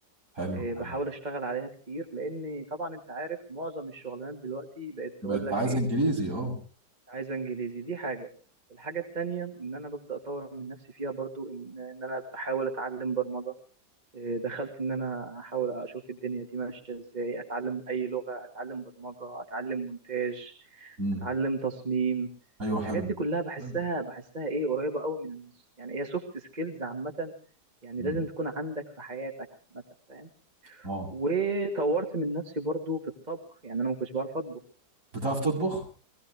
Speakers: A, on the right (about 55°); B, on the right (about 25°).
A: حلو
B: آه،
A: حلو
B: بحاول اشتغل عليها كتير لان طبعا انت عارف معظم الشغلانات دلوقتي بقت
A: بقيت
B: تقول لك
A: عايز
B: ايه
A: انجليزي اه
B: عايز انجليزي دي حاجه الحاجه التانية ان انا ببدا اطور من نفسي فيها برضو ان ان انا بحاول اتعلم برمجه إيه، دخلت ان انا احاول اشوف الدنيا دي ماشيه ازاي اتعلم اي لغه اتعلم برمجه اتعلم مونتاج
A: مم.
B: اتعلم تصميم
A: ايوه
B: الحاجات
A: حلو
B: دي كلها بحسها
A: حلو
B: بحسها ايه قريبه قوي من يعني هي سوفت سكيلز عامه يعني
A: مم.
B: لازم تكون عندك في حياتك عامه فاهم
A: اه
B: وطورت من نفسي برضو في الطبخ يعني انا ما كنتش بعرف اطبخ
A: بتعرف تطبخ